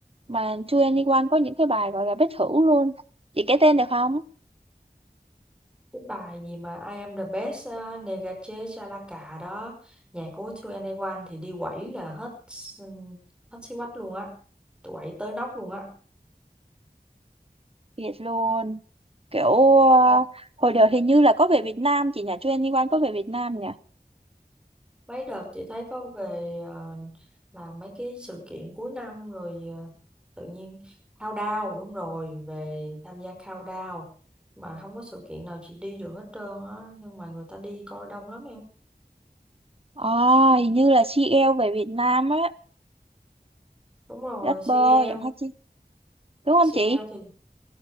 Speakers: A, on the right; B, in the centre.
A: mà Chu Anyone có những cái bài gọi là bất thử luôn chị kể tên được không
B: cái bài gì mà I am the best uh, Negache Chalaka đó nhạc của 2NE1 thì đi quẩy là hết s- hết xí quách luôn á quẩy tới nóc luôn á
A: thiệt luôn kiểu ờ, hồi đợt hình như là có về Việt Nam chị nhỉ Chu Anyone có về Việt Nam nhỉ
B: Mấy đợt chị thấy có về ờ, làm mấy cái sự kiện cuối năm rồi ờ, tự nhiên countdown đúng rồi về tham gia countdown mà không có sự kiện nào chị đi được hết trơn á nhưng mà người ta đi coi đông lắm em
A: à, hình như là CL về Việt Nam á
B: đúng rồi
A: rapper
B: CL
A: giọng hát chi đúng không
B: CL
A: chị
B: thì